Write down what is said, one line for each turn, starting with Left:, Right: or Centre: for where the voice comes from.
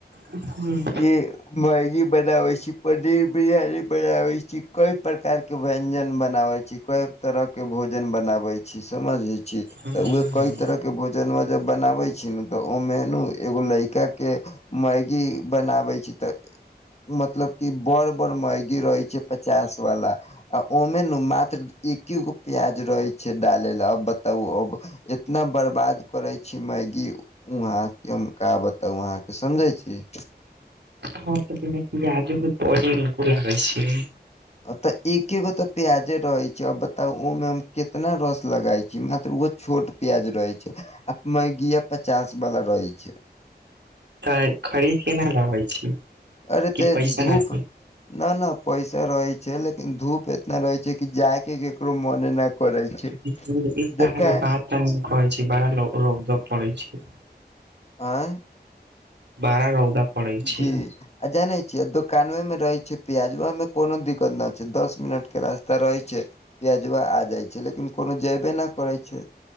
Right: हू।
Left: के मैगी बनावे छी, पनीर बिरयानी बनाबे छी, कई प्रकार के के व्यंजन बनावे छी, कई तरह के भोजन बनावे छी, समझे छी।
Right: हूँ हूँ
Left: तऽ ओए कई तरह के भोज जन जब बनाबे छी तऽ, ओ मेनु एगो लड़का के मैगी बनाबे छि तऽ, मतलब की बर बड़ म गिरै छै, पचास वाला। आ ओमे ने मात्र एके गो प्याज रहे छै डाले ल, अब बताउ अब? इतना बर्बाद करै छी मैगी। उहाँ कि हम का बताउ अहाँके, समझै छी।
Right: हँ तऽ बिना पियाजो के बड़ी निक लागे छै।
Left: तऽ एके गो तऽ प्याजे रहे छै, आ बताउ! ओहिमे हम कितना रस लगई छी, मात्र ओ छोट प्याज रहे छै, आ मैगिया पचास वाला रहे छै।
Right: तऽ खरीद के नहि लाबै छी।
Left: अरे
Right: कि
Left: त
Right: पैसा
Left: धूप
Right: न छै
Left: न न पैसा रहै छै, लेकिन धूप एतना रहै छै कि, जाय के केकरो मोने न करै छै,
Right: जी, ई तऽ
Left: जेखन
Right: अहाँके बात कहै छी बड़ा रौ रौदा पड़ै छै।
Left: आँय
Right: बारा रौदा पड़ै छै
Left: जी आ जानै छियै दोकानवे में रहे छै प्याजवा में कोनो दिक्कत न छै दस मिनट के रास्ता रहे छै प्याजवा आ जाइ छै लेकिन कोनो जेयबे ना करै छै।